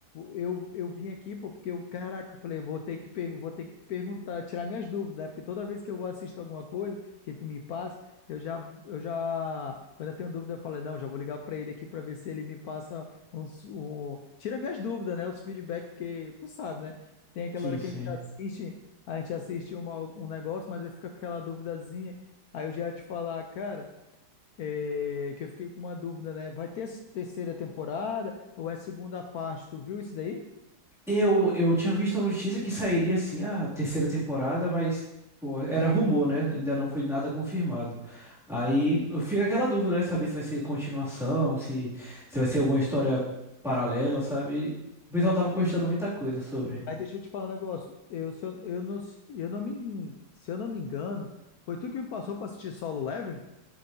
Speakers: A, on the left (about 70°); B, in the centre.
A: Eu, eu vim aqui, pô, porque eu, caraca, eu falei, vou ter que, per- vou ter que perguntar, tirar minhas dúvidas, né? Porque toda vez que eu assisto alguma coisa que tu me passa, eu já, eu já, quando eu tenho dúvida, eu falo, não, já vou ligar pra ele aqui pra ver se ele me passa uns, um, tira minhas dúvidas, né? Os feedbacks, porque tu sabe, né? Tem aquela
B: Sim,
A: hora que
B: sim.
A: a gente assiste, a gente assiste uma- um negócio, mas aí fica aquela duvidazinha, aí eu já ia te falar, cara. É, que eu fiquei com uma dúvida, né? Vai ter essa terceira temporada ou é segunda parte? Tu viu isso daí?
B: Eu, eu tinha visto a notícia que sairia assim a terceira temporada, mas pô, era rumor, né? Ainda não foi nada confirmado. Aí eu fico aquela dúvida, né? Saber se vai ser continuação, se, se vai ser alguma história paralela, sabe? O pessoal tava postando muita coisa sobre.
A: Mas deixa eu te falar um negócio. Eu, se eu, eu não, eu não me, en- se eu não me engano, foi tu que me passou para assistir Solo Leveling?